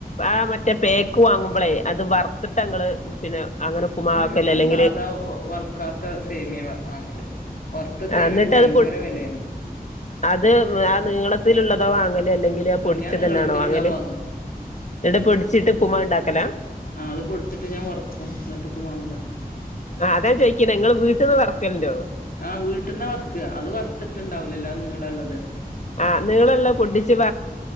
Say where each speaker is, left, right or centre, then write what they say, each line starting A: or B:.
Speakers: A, on the left (about 50°); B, on the left (about 65°).
A: ആ മറ്റേ പേക്ക് വാങ്ങുമ്പളേ അത് വറത്തിട്ട അങ്ങള് പിന്നെ അങ്ങനെ ഉപ്പുമാക്കല്
B: ഉം ഞാൻ
A: അല്ലെങ്കില്
B: സാധാ വർക്കാത്ത സേമിയ വാങ്ങല് വറുത്ത സേമിയക്ക്
A: ആ ന്നിട്ട്
B: ഭയങ്കര
A: അത്
B: വിലയാണ്
A: അത് ആ നീളത്തിലുള്ളതോ വാങ്ങല് അല്ലെങ്കില് ആ പൊടിച്ചതെന്നേണോ
B: ഞാൻ നീളത്തിലുള്ള
A: വാങ്ങല്.
B: വാങ്ങ
A: ഇങ്ങട്ട് പൊടിച്ചിട്ട് ഉപ്പ്മാവ്ണ്ടാക്കല
B: ആഹ് അത് പൊടിച്ചിട്ട് ഞാൻ വറക്കും. ന്നിട്ട് ഉപ്പ്മാവ്ണ്ടാ
A: ആ അതാ ചോയ്ക്ക്ണെ ഇങ്ങള് വീട്ട്ന്ന് വർക്കല്ണ്ടോ
B: ആഹ് വീട്ട്ന്ന വർക്ക അത് വറുത്തിട്ടുണ്ടാവലല്ലോ ആ നീളളള്ളത്
A: ആഹ് നീളള്ള പൊട്ടിച്ച്